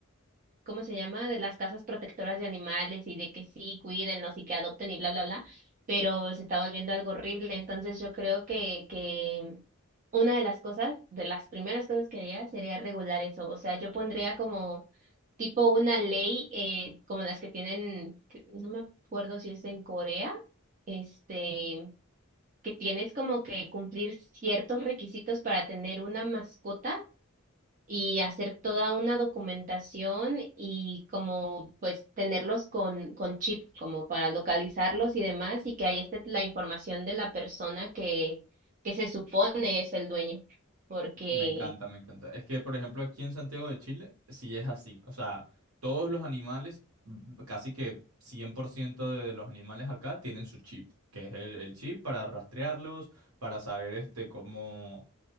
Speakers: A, on the right; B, on the right.
A: ¿cómo se llama? De las casas protectoras de animales y de que sí, cuídenlos y que adopten y bla, bla, bla, pero se está volviendo algo horrible. Entonces yo creo que, que una de las cosas, de las primeras cosas que haría sería regular eso. O sea, yo pondría como tipo una ley eh, como las que tienen, que no me acuerdo si es en Corea, este, que tienes como que cumplir ciertos requisitos para tener una mascota y hacer toda una documentación y como pues tenerlos con, con chip, como para localizarlos y demás, y que ahí esté la información de la persona que, que se supone es el dueño. Porque
B: Me encanta, me encanta. Es que, por ejemplo, aquí en Santiago de Chile, sí es así. O sea, todos los animales, m- casi que 100% de los animales acá tienen su chip, que es el, el chip para rastrearlos, para saber este, cómo,